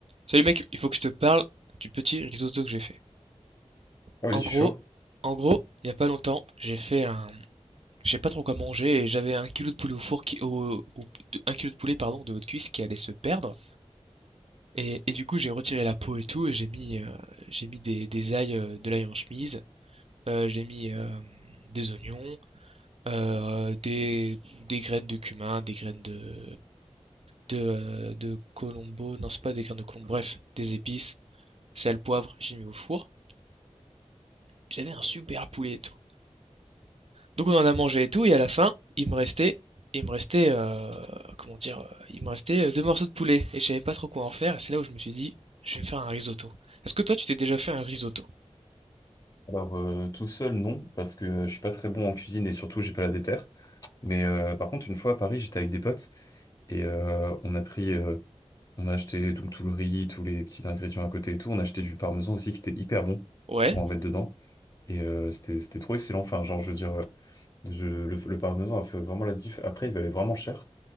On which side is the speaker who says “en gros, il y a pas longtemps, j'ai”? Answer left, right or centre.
Right